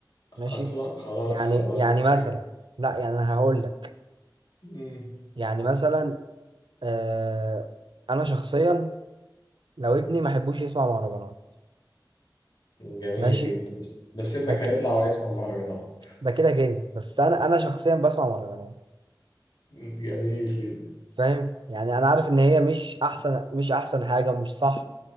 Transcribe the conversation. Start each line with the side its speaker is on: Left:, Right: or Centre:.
Right: ماشي
Left: اصلا خلاص
Right: يعني
Left: خلاص
Right: يعني
Left: اوكي
Right: مثلا لا يعني انا هقول لك
Left: مم.
Right: يعني مثلا آه انا شخصيا لو ابني ما احبوش يسمع مهرجانات
Left: جميل
Right: ماشي
Left: جدا بس بس ابنك
Right: ده ك...
Left: هيطلع مم. وهيسمع مهرجانات
Right: ده كده كده بس انا انا شخصيا بسمع مهرجانات
Left: جميل جدا
Right: فاهم يعني انا عارف ان هي مش احسن مش احسن حاجه مش صح